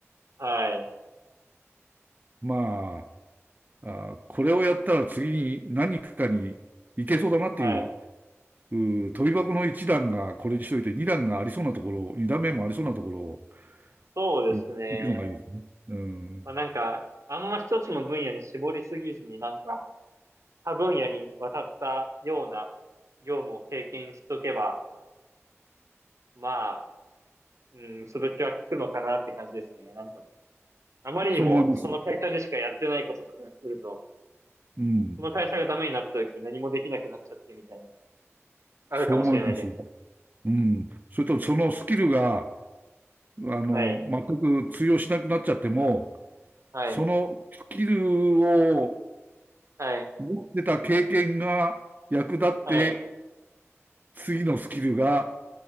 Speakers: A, on the right; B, on the right.
A: はい。
B: まあ、あー、これをやったら次に何かに行けそうだなっていう、
A: はい。
B: うー飛び箱の1段がこれにしといて、2段がありそうなところ、2段目もありそうなところを
A: そうですね。
B: 行くのがいいですね。うん。
A: まあなんか、あんま一つの分野に絞りすぎずになんか、他分野に渡ったような業務を経験しとけば、まあ、うん、潰しは効くのかなって感じですね。なんか、あまりにもその会社でしかやってないこととかすると、
B: そう思います。うん。
A: その会社がダメになった時に何もできなくなっちゃってみたいな、あるかもしれないじゃないですか。
B: そう思います。うん。それとそのスキルが、あの、
A: はい、
B: 全く通用しなくなっちゃっても、
A: はい、
B: そのスキルを
A: はい、
B: 持ってた経験が役立って、
A: はい。
B: 次のスキルが